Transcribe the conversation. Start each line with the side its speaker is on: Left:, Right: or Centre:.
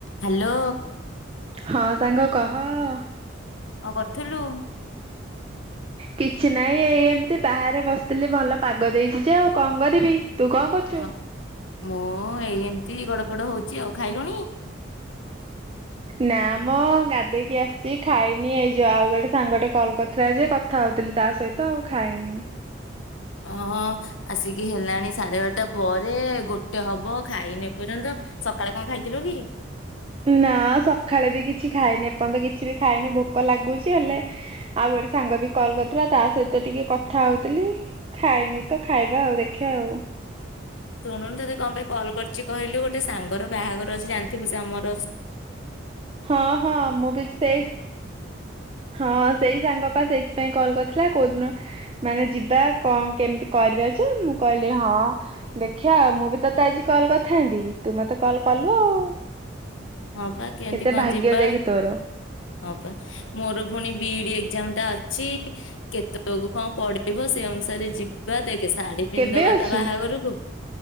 Left: Hello.
Right: ହଁ ସାଙ୍ଗ କହ-ହ-ହ।
Left: ଆଉ କରିୁଥିଲୁ।
Right: କିଛି ନାହିଁ ଏଇ ଏମତି ବାହାରେ ବସିଥିଲି ଭଲ ପାଗ ଦେଇଛି ଯେ ଆଉ କଣ କରିବି ତୁ କଣ କରୁଛୁ?
Left: ହ ମୁଁ ଏଇଏମ ତି ଗଡ ପଡ ହଉଛି ଆଉ ଖାଇଲୁଣି।
Right: ନା ମଁ ଗାଧେଇକି ଆସିଛି ଖାଇନି ଏଇ ଯାଉ ଆଉ ଗୋଟେ ସାଙ୍ଗଟେ କଲ କରିଥିଲା ଯେ କଥା ହଉଥିଲି ତା ସହିତ ଆଉ ଖାଇନି।
Left: ଓହୋ ଆସିକି ହେଲାଣି ସାଢେ ବାରଟା ପରେ ଗୋଟେ ହବ ଖାଇନି ଏ ପର୍ଯ୍ୟନ୍ତ ସକାଳେ କଣ ଖାଇଥିଲୁ କି।
Right: ନା ସକାଳେ ବି କିଛି ଖାଇନି ଏପର୍ଯ୍ୟନ୍ତ କିଛି ବି ଖାଇନି ଭୋକ ଲାଗୁଛି ହେଲେ ଆଉ ଗୋଟେ ସାଙ୍ଗ ବି କଲ କରିୁଥିଲା ତା ସହିତ ଟିକେ କଥା ହଉଥିଲି ଖାଇନି ତ ଖାଇବା ଆଉ ଦେଖିବା ଆଉ।
Left: ଶୁଣୁନୁ ତୋତେ କଣ ପାଇଁ କଲ୍ କରିଛି କହିଲୁ ଗୋଟେ ସାଙ୍ଗର ବାହାଘର ଅଛି ଜାଣିଥିବୁ ସେ ଆମର ଅ
Right: ହଁ ହଁ ମୁଁ ବି ସେଇ। ହଁ ସେଇ ସାଙ୍ଗ ପା ସେଇଥିପାଇଁ କଲ କରିଥିଲା କୋଉ ଦିନ ମାନେ ଯିବା କଣ କେମିତି କରିବା ଯେ ମୁଁ କହିଲି ହଁ ଦେଖିବା ମୁଁ ବି ତତେ ଆଜି କଲ କରିଥାନ୍ତି ତୁ ମତେ କଲ କଲୁ ଆଉ।
Left: ହଁ ବା କେମିତି
Right: କେତେ
Left: କଣ
Right: ଭାଗ୍ୟ
Left: ଯିବା
Right: ଦେଖ ତୋର
Left: ହଁ ବା। ମୋର ପୁଣି ବିଇଡି ଏକ୍ଜାମ ଟା ଅଛି। ଛି କେତକୁ କଣ ପଡିବ ସେ ଅନୁସାରେ ଯିବା ଦେଖେ। ଶାଢୀ ପିନ୍ଧଦବା
Right: କେବେ ଅଛି
Left: ତା ବାହାଘରକୁ।